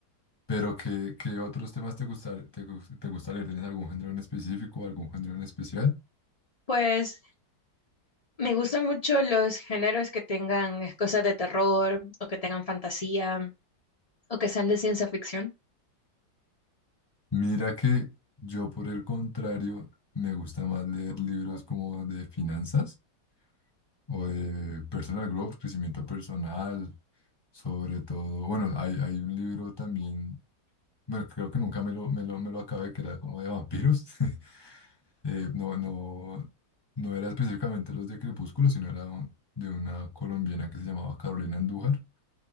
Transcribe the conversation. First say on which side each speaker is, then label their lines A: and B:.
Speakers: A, on the left; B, on the left.
A: pero ¿qué, qué otros temas te gusta, te, gus- te gusta leer? ¿Tienes algún género en específico o algún género en especial?
B: Pues me gustan mucho los géneros que tengan cosas de terror o que tengan fantasía o que sean de ciencia ficción.
A: Mira que yo, por el contrario, me gusta más leer libros como de finanzas o de personal growth, crecimiento personal, sobre todo. Bueno, hay, hay un libro también, bueno, creo que nunca me lo, me lo, me lo acabé, que era como de vampiros. <laughs> Eh, no, no, no era específicamente los de Crepúsculo, sino era un- de una colombiana que se llamaba Carolina Andújar.